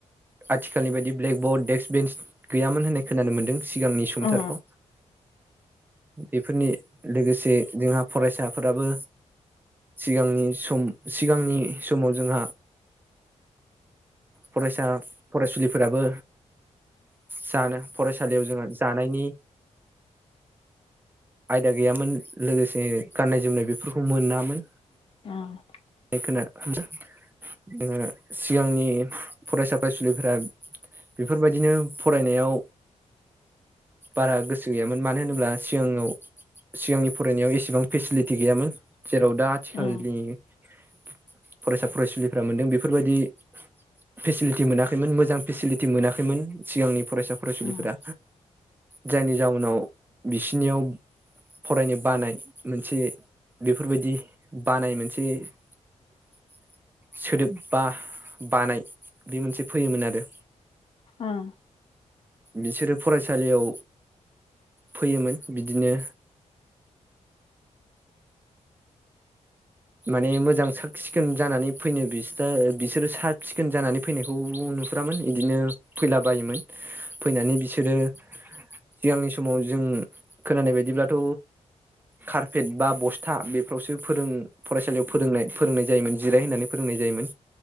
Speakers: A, on the right; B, on the left.
A: आथिखालनि बायदि ब्लेकबर्ड, डेस्क, बेन्स गैयामोन होननाय खोनानो मोन्दों। सिगांनि समथाराव
B: उम
A: बेफोरनि लोगोसे जोंहा फरायसाफोराबो सिगांनि सम सिगांनि समाव जोंहा फरायसा फरायसुलिफोराबो जानो फरायसालियाव जोंहा जानायनि आयदा गैयामोन लोगोसे गाननाय जोमनाय बेफोरखौ मोनामोन।
B: उम
A: <inaudible> सिगांनि फरायसा फरायसुलिफोरा बेफोर बायदिनो फरायनायाव बारा गोसो गैयामोन मानो होनोब्ला सिगाङाव सिगांनि फरायनायाव एसेबां फेसिलिटि गैयामोन जेराव दा आथिखालनि
B: उम
A: फरायसा फरायसुलिफोरा मोनदों बेफोर बायदि फेसिलिटि मोनाखैमोन मोजां फेसिलिटि मोनाखैमोन सिगांनि फरायसा फरायसुलिफोरा
B: उम
A: जायनि जाउनाव बिसिनियाव फरायनो बानाय मोनसे बेफोर बायदि बानाय मोनसे सोदोब बा बानाय बे मोनसे फैयोमोन आरो।
B: उम
A: बिसोरो फरायसालियाव फैयोमोन बिदिनो माने मोजां साख सिखोन जानानै फैनो बिस बिसोरो साब सिखोन जानानै फैनायखौ नुफुरामोन बिदिनो फैलाबायायोमोन फैनानै बिसोरो सिगांनि समाव जों खोनानाय बायदिब्लाथ' कारपेट बा बस्था बेफ्रावसो फोरों फरायसालियाव फोरोंनाय फोरोंनाय जायोमोन जिराय होननानै फोरोंनाय जायोमोन।